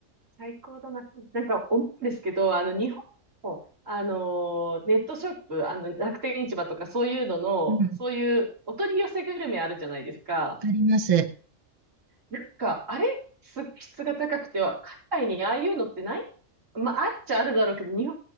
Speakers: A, on the right; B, on the right.
A: 最高だな。なんか思うんですけど、あの、日本の、あのー、ネットショップ、あの、楽天市場とかそういうのの、
B: うん、
A: そういうお取り寄せグルメあるじゃないですか。
B: あります。
A: なんか、あれ、すごい質が高くては、海外にああいうのってないまあ、あるっちゃあるだろうけど、日